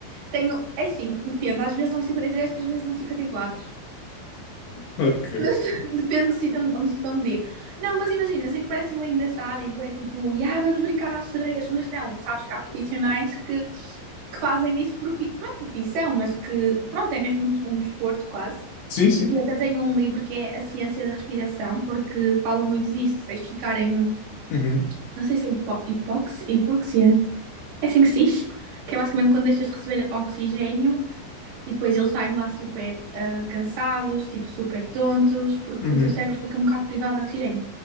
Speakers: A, on the right; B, on the left.
A: Tenho, é assim, depende, às vezes dão três outras vezes dão quatro
B: Ok.
A: <laughs> Depende do sítio onde, onde estão a medir. Não, mas imagina, eu sei que parece bem engraçado e é tipo, yeah, vamos brincar às sereias, mas não, sabes que há profissionais que, que fazem disso, profi... não é profissão, mas que, pronto, é mesmo um, um desporto quase.
B: Sim, sim.
A: E eu até tenho um livro que é A Ciência da Respiração, porque fala muito disso. Tens de ficar em,
B: Uhum,
A: não sei se é hipo hipóxia, hipóxia, é assim que se diz, que é basicamente quando deixas de receber oxigênio e depois eles saem lá super ah, cansados, tipo super tontos, porque
B: uhum.
A: o teu cérebro fica um bocado privado de oxigênio.